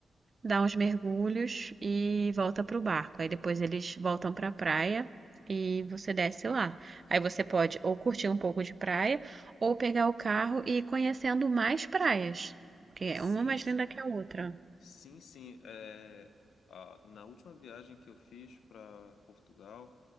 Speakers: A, on the right (about 40°); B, on the left (about 85°).
A: dá uns mergulhos e volta pro barco. Aí depois eles voltam pra praia e você desce lá. Aí você pode ou curtir um pouco de praia ou pegar o carro e ir conhecendo mais praias, porque é
B: Sim,
A: uma mais linda que a outra.
B: sim, sim. É, ah, na última viagem que eu fiz para Portugal,